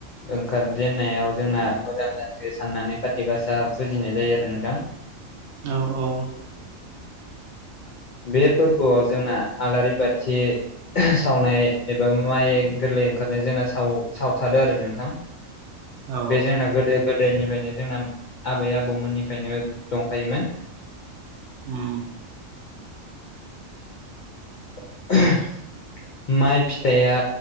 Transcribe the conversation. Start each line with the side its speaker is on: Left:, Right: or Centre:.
Left: ओंखार जेननायाव जोंना मोजां जाथों साननानै खाारथि गासा फुजिनाय जायो आरो नों थां
Right: औ औ
Left: बे फोरबोआव जोंना आलारि बाथि सावनाय एबा माइ गोरलै ओंखारनाय जोंना साव सावथारो आरो नोंथां
Right: औ
Left: बे जोंना गोदो गोद दायनिफ्रायनो जोंना आबै आबौमोननिफ्रायनो दंखायोमोन।
Right: ओम
Left: <unintelligible> माइ फिथाइया